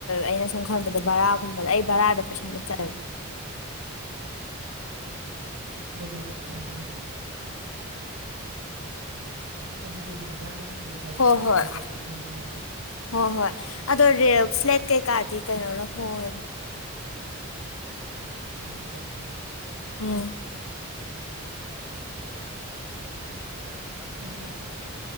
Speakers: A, on the left; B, on the right.
A: ꯑꯩꯅ ꯁꯨꯝ ꯈꯟꯕꯗ ꯕꯔꯥꯒꯨꯝꯕꯗ ꯑꯩ ꯕꯔꯥꯗ ꯄꯩꯁꯥ ꯌꯥꯝ ꯆꯠꯂꯦꯕ
B: ꯗꯦꯜꯂꯤꯗꯔꯣ ꯍꯣꯡꯉꯦ ꯍꯥꯏꯁꯦ ꯍꯥꯏꯗꯤ ꯗꯦꯜꯂꯤꯒ ꯆꯥꯟꯗꯤꯒꯔꯒ
A: ꯍꯣꯏ
B: ꯌꯦꯡꯅꯕꯗ
A: ꯍꯣꯏ
B: ꯗꯦꯜꯂꯤꯅ ꯍꯣꯡꯉꯦ ꯍꯥꯏꯔꯕ
A: ꯍꯣꯏ ꯍꯣꯏ
B: ꯑꯣ
A: ꯑꯗꯣ ꯔꯦꯟꯇ ꯐ꯭ꯂꯦꯠ ꯀꯩ ꯀꯥꯗꯤ ꯀꯩꯅꯣꯅ ꯍꯣꯡ
B: ꯆꯥꯟꯗꯤꯒꯔꯅ ꯍꯣꯡꯕ
A: ꯎꯝ
B: ꯑꯩꯁꯦ ꯄꯤ